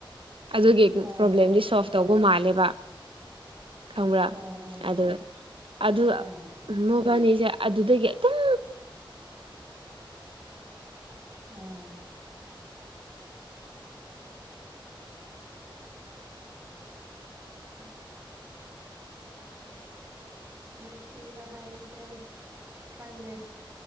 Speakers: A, on the right; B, on the right.
A: ꯑꯗꯨꯒꯤ
B: ꯑꯣ
A: ꯄ꯭ꯔꯣꯕ꯭ꯂꯦꯝꯗꯤ ꯁꯣꯜꯕ ꯇꯧꯕ ꯃꯥꯜꯂꯦꯕ ꯈꯪꯕ꯭ꯔꯥ
B: ꯑꯣ ꯑꯣ
A: ꯑꯗꯨꯒ ꯑꯗꯨ
B: ꯑꯣ
A: ꯃꯣꯕꯥꯅꯤꯁꯦ ꯑꯗꯨꯗꯒꯤ ꯑꯗꯨꯝ
B: ꯑꯣ ꯎ <inaudible> ꯅꯨꯡꯁꯤꯕ ꯍꯥꯏꯕꯁꯦ ꯈꯪꯗꯦ